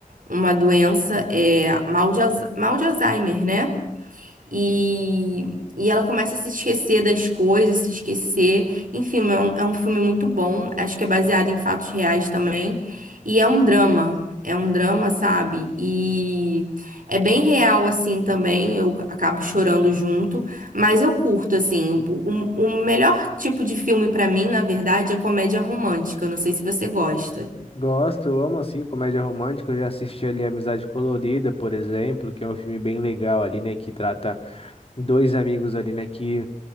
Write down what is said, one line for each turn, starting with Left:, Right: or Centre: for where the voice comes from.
Right: uma doença, é, mal de, Alz- mal de Alzheimer, né? E, e ela começa a se esquecer das coisas, se esquecer. Enfim, é um, é um filme muito bom. Acho que é baseado em fatos reais também. E é um drama. É um drama, sabe? E é bem real, assim, também. Eu acabo chorando junto. Mas eu curto, assim. O, o- o melhor tipo de filme pra mim, na verdade, é comédia romântica. Eu não sei se você gosta.
Left: Gosto, eu amo assim comédia romântica. Eu já assisti ali Amizade Colorida, por exemplo, que é um filme bem legal ali, né? Que trata dois amigos ali, né, que,